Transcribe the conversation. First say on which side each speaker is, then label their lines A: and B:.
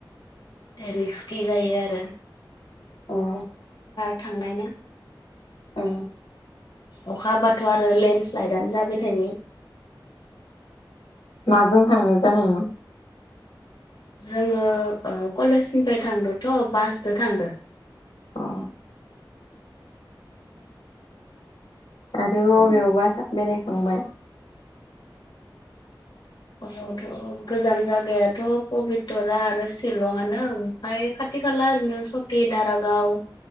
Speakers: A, on the left; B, on the left.
A: रिस्कि जायो आरो
B: ओं
A: थांनायनो
B: औ
A: अखा हाबाथ आरो लेन्ड स्लाइदानो जाबाय थायो
B: माजों थांनाय जानायमोन
A: जोङो ओ कलेजनिफ्राय थांदोंथ बासजों थांदो
B: अ आरो अबेयावबा था बेरायखांबाय?
A: <unintelligible> गोजान जगायाथ पबितरा आरो शिलंङानो ओमफाय खाथ थि खाला आरैनो सखि दारागाव